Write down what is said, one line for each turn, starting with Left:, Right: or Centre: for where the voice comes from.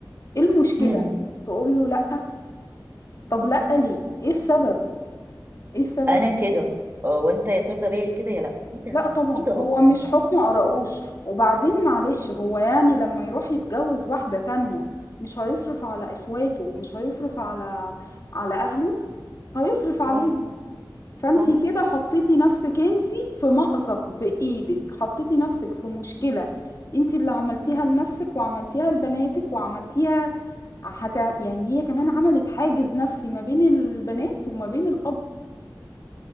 Left: ايه المشكله
Right: هم.
Left: تقول له لا طب لا ليه ايه السبب ايه السبب
Right: انا كده آه، وانت يا ترضى بيا كده يا لا ايه ده
Left: لا طبعا
Right: ايه ده
Left: هو
Right: اصلا
Left: مش حكم قرقوش وبعدين معلش هو يعني لما يروح يتجوز واحدة تانية مش هيصرف على اخواته ومش هيصرف على على اهله هيصرف
Right: صح
Left: عليهم فانتي
Right: صح
Left: كده حطيتي نفسك انتي في مأزق بايدك حطيتي نفسك في مشكلة انتي اللي عملتيها لنفسك وعملتيها لبناتك وعملتيها حتى يعني هي كمان عملت حاجز نفسي ما بين البنات وما بين الاب